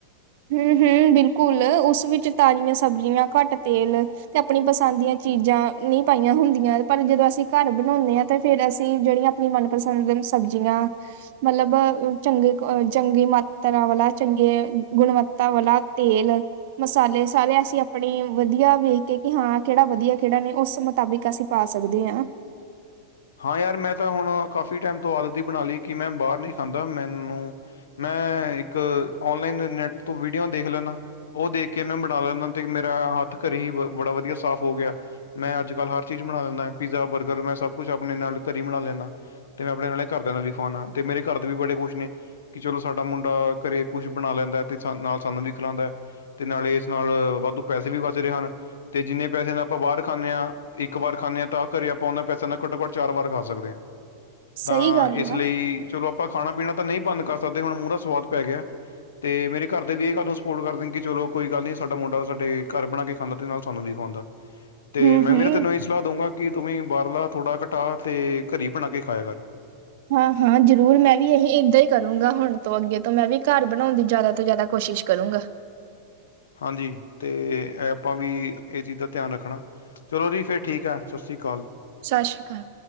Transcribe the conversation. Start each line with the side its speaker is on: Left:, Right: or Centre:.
Right: ਹਮ ਹਮ ਬਿਲਕੁਲ ਉਸ ਵਿੱਚ ਤਾਜ਼ੀਆਂ ਸਬਜ਼ੀਆਂ ਘੱਟ ਤੇਲ ਤੇ ਆਪਣੀ ਪਸੰਦ ਦੀਆਂ ਚੀਜ਼ਾਂ ਨੀ ਪਾਈਆਂ ਹੁੰਦੀਆਂ ਪਰ ਜਦੋਂ ਅਸੀਂ ਘਰ ਬਣਾਉਂਨੇ ਹਾਂ ਤੇ ਫੇਰ ਅਸੀਂ ਜਿਹੜੀਆਂ ਆਪਣੀ ਮਨਪਸੰਦ ਸਬਜ਼ੀਆਂ ਮਤਲਬ ਚੰਗੇ ਚੰਗੀ ਮਾਤਰਾ ਵਾਲਾ ਚੰਗੇ ਗੁਣਵੱਤਾ ਵਾਲਾ ਤੇਲ ਮਸਾਲੇ ਸਾਰੇ ਅਸੀਂ ਆਪਣੇ ਵਧੀਆ ਵੇਖ ਕੇ ਕਿ ਹਾਂ ਕਿਹੜਾ ਵਧੀਆ ਕਿਹੜਾ ਨੇ ਉਸ ਮੁਤਾਬਿਕ ਅਸੀਂ ਪਾ ਸਕਦੇ ਹਾਂ
Left: ਹਾਂ ਯਾਰ ਮੈਂ ਤਾਂ ਹੁਣ ਕਾਫ਼ੀ ਟਾਈਮ ਤੋਂ ਆਦਤ ਹੀ ਬਣਾ ਲਈ ਕਿ ਮੈਂ ਬਾਹਰ ਨਹੀਂ ਖਾਂਦਾ ਮੈਨੂੰ ਮੈਂ ਇੱਕ ਔਨਲਾਈਨ ਨੈਟ ਤੋਂ ਵੀਡੀਓ ਦੇਖ ਲੈਂਦਾ ਉਹ ਦੇਖ ਕੇ ਮੈਂ ਬਣਾ ਲੈਂਦਾ ਤੇ ਮੇਰਾ ਹੱਥ ਘਰੇ ਹੀ ਬੜਾ ਵਧੀਆ ਸਾਫ਼ ਹੋ ਗਿਆ ਮੈਂ ਅੱਜ ਕੱਲ੍ਹ ਹਰ ਚੀਜ਼ ਬਣਾ ਲੈਂਨਾ ਪੀਜ਼ਾ ਬਰਗਰ ਮੈਂ ਸਭ ਕੁਛ ਆਪਣੇ ਨਾਲ ਘਰੇ ਹੀ ਬਣਾ ਲੈਨਾ ਤੇ ਮੈਂ ਆਪਣੇ ਨਾਲੇ ਘਰਦਿਆਂ ਨਾਲ ਵੀ ਖਵਾਉਣਾ ਤੇ ਮੇਰੇ ਘਰ ਦੇ ਵੀ ਬੜੇ ਕੁੱਸ਼ ਨੇ ਕਿ ਚਲੋ ਸਾਡਾ ਮੁੰਡਾ, ਘਰੇ ਕੁਛ ਬਣਾ ਲੈਂਦਾ ਅਤੇ, ਸ ਨਾਲ ਸਾਨੂੰ ਵੀ ਖਿਲਾਂਉਂਦਾ। ਤੇ ਨਾਲੇ ਇਸ ਨਾਲ, ਵਾਧੂ ਪੈਸੇ ਵੀ ਬਚ ਰਹੇ ਹਨ। ਤੇ ਜਿੰਨੇ ਪੈਸੇ ਨਾਲ ਆਪਾਂ ਬਾਹਰ ਖਾਂਨੇ ਹਾਂ, ਇੱਕ ਵਾਰ ਖਾਂਨੇ ਆ, ਤਾਂ ਘਰੇ ਆਪਾਂ ਉਹਨਾਂ ਪੈਸੇ ਘੱਟੋ-ਘੱਟ ਚਾਰ ਵਾਰ ਖਾ ਸਕਦੇ ਹਾਂ, ਤਾਂ,
Right: ਸਹੀ ਗੱਲ
Left: ਇਸ
Right: ਆ
Left: ਲਈ ਚਲੋ ਆਪਾਂ ਖਾਣਾ-ਪੀਣਾ ਤਾਂ ਨਹੀਂ ਬੰਦ ਕਰ ਸਕਦੇ, ਹੁਣ ਮੂੰਹ ਦਾ ਸਵਾਦ ਪੈ ਗਿਆ। ਤੇ ਮੇਰੇ ਘਰ ਦੇ ਵੀ ਇਹ ਗੱਲ ਨੂੰ ਸਪੋਰਟ ਕਰਦੇ ਨੇ ਕਿ ਚਲੋ ਕੋਈ ਗੱਲ ਨਹੀਂ ਸਾਡਾ ਮੁੰਡਾ ਸਾਡੇ ਘਰ ਬਣਾ ਕੇ ਖਾਂਦਾ ਅਤੇ ਨਾਲ ਸਾਨੂੰ ਵੀ ਖੁਵਾਉਂਦੈ
Right: <inaudible>
Left: ਤੇ
Right: ਹੂੰ-ਹੂੰ
Left: ਮੈਂ ਵੀਰ ਤੈਨੂੰ ਇ ਸਲਾਹ ਦਊਂਗਾ ਕਿ ਤੁੂੰ ਵੀ ਬਾਹਰਲਾ ਥੋੜ੍ਹਾ ਘਟਾ ਤੇ ਘਰ ਹੀ ਬਣਾ ਕੇ ਖਾਇਆ ਕਰ
Right: ਹਾਂ ਹਾਂ ਜ਼ਰੂਰ ਮੈਂ ਵੀ ਇ ਏਦਾਂ ਹੀ ਕਰੂੰਗਾ ਹੁਨ ਤੋਂ ਅੱਗੇ ਤੋਂ ਮੈਂ ਵੀ ਘਰ ਬਣਾਉਣ ਦੀ ਜ਼ਿਆਦਾ ਤੋਂ ਜ਼ਿਆਦਾ ਕੋਸ਼ਿਸ਼ ਕਰੂੰਗਾ
Left: ਹਾਂਜੀ ਤੇ ਇਹ ਆਪਾਂ ਵੀ ਇਹ ਚੀਜ਼ ਦਾ ਧਿਆਨ ਰੱਖਣਾ ਚਲੋ ਜੀ ਫੇਰ ਠੀਕ ਹੈ। ਸਤਿ ਸ਼੍ਰੀ ਅਕਾਲ
Right: ਸ਼ਾਸ਼ੀ ਕਾਲ